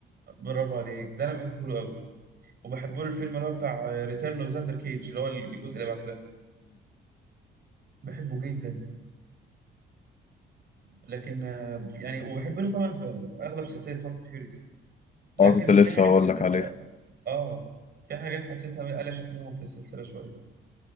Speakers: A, on the right (about 50°); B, on the left (about 40°).
A: برافو عليك ده أنا بحبه له وبحب له الفيلم اللي هو بتاع ريتيرن اوف زاندر كيج اللي هو الجزء اللي بعد ده بحبه جدا لكن آه، في- يعني وبحب له طبعا في اغلب سلسله فاست فيوريوس لكن
B: اه كنت لسه
A: في حاجات
B: هقول
A: حسيتها
B: لك عليه
A: اه في حاجات حسيتها قلشت منهم في السلسله شويه